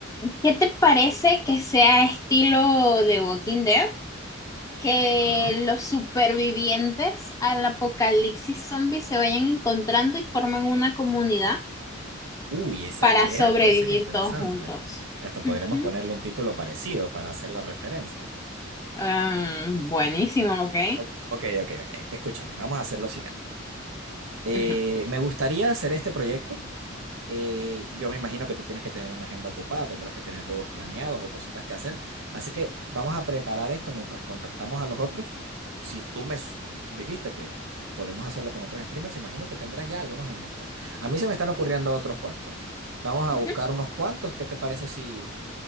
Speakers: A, on the left; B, on the right.
A: ¿Qué te parece que sea estilo de Walking Dead? Que
B: Ajá.
A: los supervivientes al apocalipsis zombie se vayan encontrando y formen una comunidad
B: Uy, esa
A: para
B: idea
A: sobrevivir
B: puede ser interesante.
A: todos juntos.
B: Esto podríamos
A: Ujú.
B: ponerle un título parecido para hacer la referencia.
A: Ah, buenísimo, ok.
B: O- ok, ok, ok. Escúchame, vamos a hacer lo siguiente. Eh,
A: Ujú,
B: me gustaría hacer este proyecto Eh, yo me imagino que tú tienes que tener una agenda ocupada, tendrás que tener juegos planeados o cositas que hacer. Así que vamos a preparar esto mientras contactamos a los otros. Si tú me s- dijiste que podemos hacerlo con otros streamers, imagino que tendrás ya algunos en mente. A mí se me están ocurriendo otros cuantos. Vamos a
A: ujú.
B: buscar unos cuantos. ¿Qué te parece si